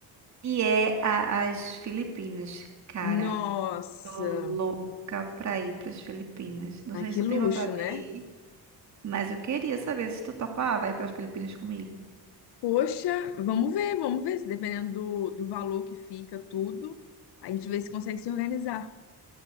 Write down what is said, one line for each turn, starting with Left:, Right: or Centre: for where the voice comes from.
Right: E é a- as Filipinas, cara.
Left: Nossa,
Right: Tô louca pra ir pras Filipinas. Não
Left: ai,
Right: sei
Left: que
Right: se tu tem
Left: luxo,
Right: vontade de
Left: né?
Right: ir, mas eu queria saber se tu topava ir pras Filipinas comigo.
Left: Poxa, vamos ver, vamos ver, se dependendo do, do valor que fica tudo, a gente vê se consegue se organizar.